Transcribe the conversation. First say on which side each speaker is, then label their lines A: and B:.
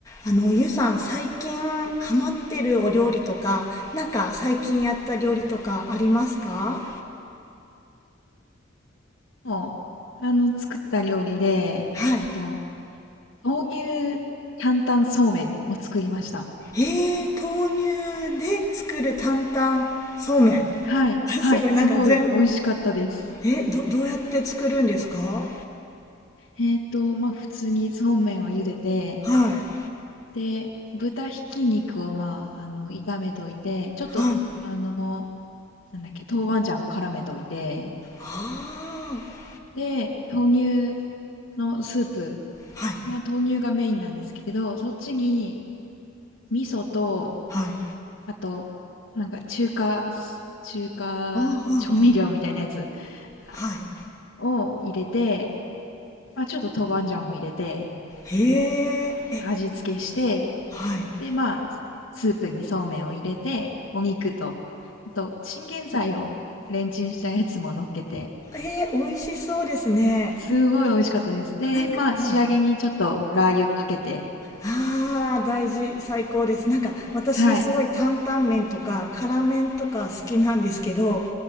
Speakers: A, on the left (about 15°); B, on the left (about 85°).
A: あの、ゆうさん、最近ハマってるお料理とか、なんか最近やった料理とかありますか
B: うん、もう、あの、作った料理で、
A: はい。
B: えっと、豆乳担々そうめんを作りました。
A: へえ、豆乳で作る担々そうめん。
B: はい、
A: <laughs>
B: はい、
A: すごい、
B: すごい美味しかったです。
A: なんか全部。え、ど、どうやって作るんですか
B: えっと、まあ、普通にそうめんを茹でて、
A: はい。
B: で、豚ひき肉を、まあ、あの、炒めといて、ちょっと、
A: はい。
B: あの、なんだっけ、豆板醤を絡めといて、
A: ああ。
B: で、豆乳のスープ、
A: はい。
B: まあ、豆乳がメインなんですけど、そっちに、味噌と、
A: はい。
B: あと、なんか中華、中華調味料みたいなやつ
A: ああ、はい。
B: あ
A: はい。
B: を入れて、まあ、ちょっと豆板醤も入れて、
A: へえ、え、
B: 味付けして、
A: はい。
B: で、まあ、スープにそうめんを入れて、お肉と、あと、チンゲン菜をレンチンしたやつも乗っけて、
A: えー、美味しそうですね。
B: すごい美味しかったです。で、
A: なんか、
B: まあ、
A: ね
B: 仕上げにちょっとラー油かけて、
A: ああ、大事、最高です。なんか私すごい担々麺とか辛麺とか好きなんですけど、
B: はい。